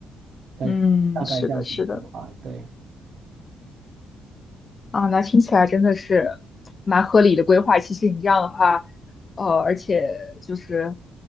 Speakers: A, on the right; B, on the left.
A: 大大概这样子的计划，
B: 嗯，是的，是的。
A: 对，
B: 啊，那听起来真的是蛮合理的规划。其实你这样的话，呃，而且就是